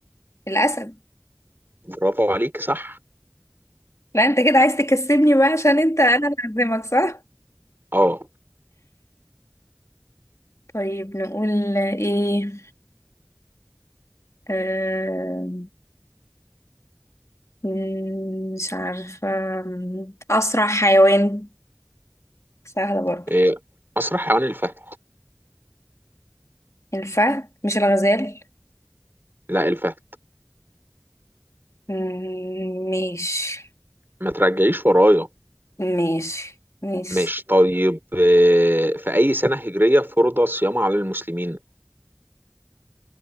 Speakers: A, on the left (about 75°); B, on the right (about 45°).
A: الاسد
B: برافو عليك صح
A: لا انت كده عايز تكسبني بقى عشان انت انا اللي هعزمك صح
B: اه
A: طيب نقول ايه آه مم، مش عارفة اسرع حيوان سهلة برضه
B: إيه، اسرع حيوان الفهد
A: الفهد مش الغزال
B: لا الفهد
A: مم، ماشي
B: ما ترجعيش ورايا
A: ماشي ماشي
B: ماشي طيب إيه، في اي سنة هجرية فرض الصيام على المسلمين